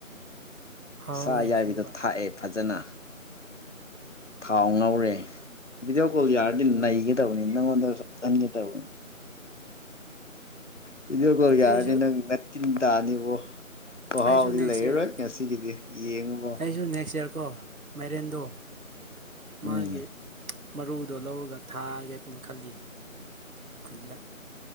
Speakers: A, on the right; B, on the left.
A: ꯍꯥꯎꯋꯦ
B: ꯁꯥꯌꯥꯏꯕꯗꯣ
A: ꯑꯁꯦꯡꯕ
B: ꯊꯥꯛꯑꯦ ꯐꯖꯅ ꯊꯥꯎ ꯉꯧꯔꯦ ꯚꯤꯗꯤꯑꯣ ꯀꯣꯜ ꯌꯥꯔꯗꯤ ꯅꯩꯒꯦ ꯇꯧꯅꯤ ꯅꯪꯉꯣꯟꯗ ꯆꯥꯛꯍꯥꯟꯒꯦ ꯇꯧꯅꯤ ꯕꯤꯗꯤꯑꯣ ꯀꯣꯜ ꯌꯥꯔꯗꯤ
A: ꯑꯩꯁꯨ
B: ꯅꯪ ꯅꯇꯤꯟ ꯇꯅꯤꯕꯣ ꯈꯨꯍꯥꯎꯗꯤ
A: ꯑꯩꯁꯨ ꯅꯦꯛꯁ
B: ꯂꯩꯔꯔꯣꯏ
A: ꯏꯌꯥꯔ
B: ꯉꯁꯤꯒꯤꯗꯤ ꯌꯦꯡꯉꯥꯕꯣ
A: ꯑꯩꯁꯨ ꯅꯦꯛꯁ ꯏꯌꯥꯔ ꯀꯣ ꯃꯦꯔꯦꯟꯗꯣ
B: ꯎꯝ
A: ꯃꯥꯒꯤ ꯃꯔꯨꯗꯣ ꯂꯧꯔꯒ ꯊꯥꯒꯦꯅ ꯈꯜꯂꯤ ꯈꯨꯟꯗ